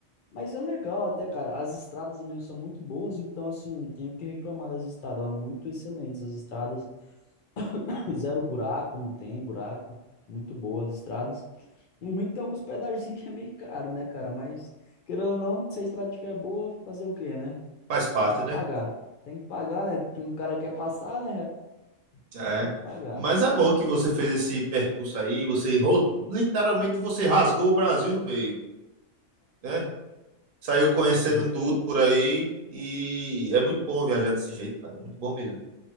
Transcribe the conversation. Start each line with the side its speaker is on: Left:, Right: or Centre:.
Left: Mas é legal até, cara. As estradas mesmo são muito boas, então, assim, não tenho o que reclamar das estradas. ó, Muito excelentes as estradas. <laughs> <clears throat> Zero buraco, não tem buraco. Muito boas as estradas. O ruim tem alguns pedaços <laughs> que é meio caro, né, cara? Mas, querendo ou não, se a estrada estiver boa, fazer o quê, né?
Right: Faz parte,
Left: Tem que
Right: né?
Left: pagar. Tem que pagar, né? O cara quer passar, né?
Right: É.
Left: Tem que pagar.
Right: Mas é bom que você fez esse percurso aí. Você ro- literalmente você rasgou o Brasil no meio né? saiu conhecendo
Left: Isso.
Right: tudo por aí e é muito bom viajar desse jeito, cara. Muito bom mesmo.